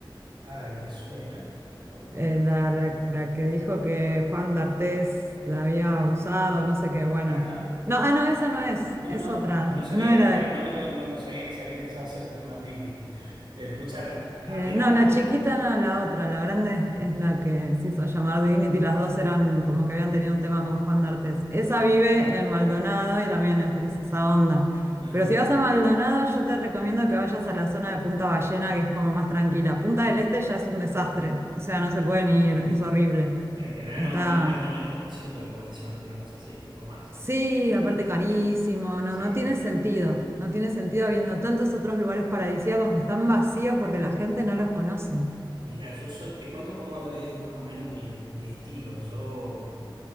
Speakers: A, on the right (about 75°); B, on the right (about 30°).
A: ay, me suena, por favor.
B: eh, la, la- la que dijo que Juan d'Artés la había usado, no sé qué, bueno.
A: Ajá.
B: No, ah, no, esa no es,
A: No,
B: es
A: no,
B: otra,
A: pero no sabía,
B: no era
A: claro,
B: de...
A: no, me, no, no sabía que se había empezado a hacer llamar Dignity. Pero escúchame, hablemos
B: eh, no, la
A: un poco.
B: chiquita no, la otra, la grande es la que se hizo llamar Dignity, las dos eran como que habían tenido un tema con Juan d'Artés. Esa vive en Maldonado y también es, es esa onda.
A: <laughs>
B: Pero si vas a Maldonado, yo te recomiendo que vayas a la zona de Punta Ballena, que es como más tranquila. Punta del Este ya es un desastre, o sea, no se pueden ir, es horrible.
A: En verano
B: Está
A: aumenta el 90% la población, una cosa así, o más.
B: Sí, aparte carísimo, no,
A: Sí.
B: no tiene sentido, no tiene sentido habiendo tantos otros lugares paradisíacos que están vacíos porque la gente no los conoce.
A: Mira, yo soy, te cuento cómo es más o menos mi, mi estilo. Yo,